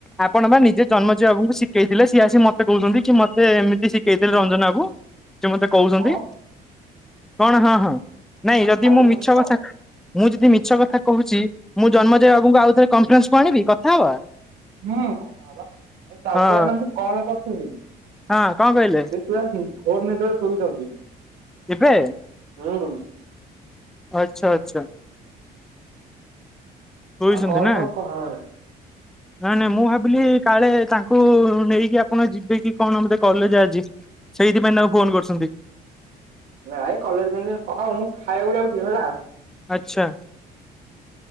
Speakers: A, in the centre; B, on the right.
A: ଆପଣ
B: ଆଁ
A: ବା ନିଜେ ଜନ୍ମଜୟ ବାବୁଙ୍କୁ ସିଖ୍ କେଇଥିଲେ ସିଏ ଆସି ମତେ କହୁଛନ୍ତି କି ମତେ ଏମିତି ସିକେଇଥିଲେ ରଞ୍ଜନ ବାବୁ ସିଏ ମତେ କହୁଛନ୍ତି।
B: ହଁ
A: କଣ ହଁ ହଁ ନାଇଁ
B: ଏରା
A: ଯଦି
B: ଖାଇଲେ
A: ମୁଁ ମିଛ
B: ମେଣ୍ଟ
A: କଥା ମୁଁ ଯଦି ମିଛ କଥା କହୁଚି ମୁଁ ଜନ୍ମେଜୟ ବାବୁଙ୍କୁ ଆଉ ଥରେ କଫରେନ୍ସକୁ ଆଣିବି କଥା ହବା।
B: ହୁଁ କଥା ହବା ତାଙ୍କୁ
A: ହଁ
B: ଏଇନା ମୁଁ କଲ କରିଥିଲି।
A: ହଁ କଣ କହିଲେ
B: <unintelligible> ଫୋନରେ ଯେତବେଳେ ଶୋଇଥାନ୍ତି।
A: ଏବେ।
B: ମୁଁ।
A: ଆଚ୍ଛା ଆଚ୍ଛା। ଶୋଇଛନ୍ତି
B: ଆଉ କଲ
A: ନା
B: ଫଲ କହନି।
A: ନାଇଁ ନାଇଁ ମୁଁ ଭାବିଲି କାଳେ ତାଙ୍କୁ ନେଇକି ଆପଣ ଯିବେ କି କଣ ବଧେ କଲେଜ ଆଜି? ସେଇଥିପାଇଁ ତାଙ୍କୁ ଫୋନ କରୁଛନ୍ତି।
B: ନାଇଁ କଲେଜ କେମତି ହଁ ମୁଁ ଖାଇବାକୁ ଯାଉଛି ହେଲା।
A: ଆଚ୍ଛା।